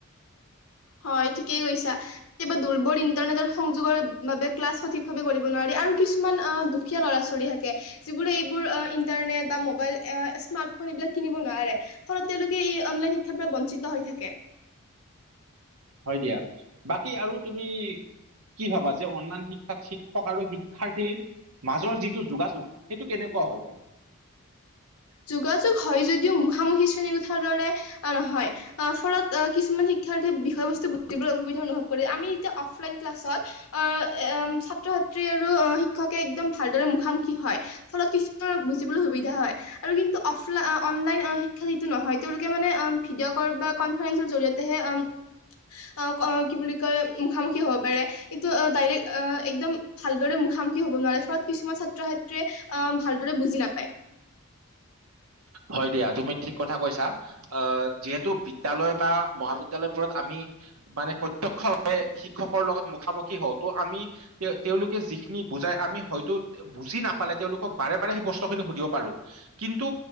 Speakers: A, on the left; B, on the right.
A: হয়, তেখেতে কৈছে। কিবা দুৰ্বল ইন্টাৰনেটৰ সংযোগৰ বাবে ক্লাছ সঠিক ভাৱে কৰিব নোৱাৰি আৰু কিছুমান অ' সুীয়া ল'ৰা, ছোৱালী হতে যিবোৰে এইবোৰ ইণ্টাৰনেট বা মোবাইল স্মাৰ্টফোন এইবিলাক কিনিব নোৱাৰে। অ', তেওঁলোকে ই অনলাইন শিক্ষাৰ পৰা বঞ্চিত হৈ থাকে।
B: হয় দিয়া, বাকী আৰু তুমি কি ভাবা যে অনলাইন শিক্ষাত শিক্ষক আৰু শিক্ষাৰ্থীৰ মাজৰ যিটো যোগাযোগ সেইটো কেনেকুৱা হয় বাৰু।
A: যোগাযোগ হয় যদিও মুখামুখি শ্ৰেণী কোঠাৰ দৰে নহয় আঁ, ফলত কিছুমান শিক্ষাৰ্থীয়ে বিষয় বস্তু বুজিবলৈ অসুবিধা অনুভৱ কৰে, আমি এতিয়া অফলাইন ক্লাছত আহ, এম, ছাত্ৰ ছাত্ৰী আৰু শিক্ষকে একদম ভালদৰে মুখামুখি হয় ফলত কিছু বুজিবলৈ সুবিধা হয় আৰু কিন্তু অফলাই অনলাইন শিক্ষা সিটো নহয় তেওঁলোকে মানে আ ভিডিঅ' কল বা কনফাৰেন্সৰ জৰিয়তে হে আম অ কি বুলি কয় মুখামুখি হ'ব পাৰে কিন্তু ডাইৰেক্টএকদম ভালদৰে মুখামুখি হ'ব নোৱাৰে ফলত কিছুমান ছাত্ৰ ছাত্ৰীয়ে আম, ভালদৰে বুজি নাপায়।
B: হয় দিয়া। তুমি ঠিক কথা কৈছা। আহ, যিহেতু বিদ্যালয় বা মহাবিদ্যালয়বোৰত আমি মানে প্ৰতক্ষ্যভাৱে শিক্ষকৰ লগত মুখা-মুখি হওঁ, ত' আমি তে-তেওঁলোকে যিখিনি বুজাই, আমি হয়তো বুজি নাপালে তেওঁলোকক বাৰে-বাৰে সেই প্ৰশ্ন খিনি সুধিব পাৰো। কিন্তু,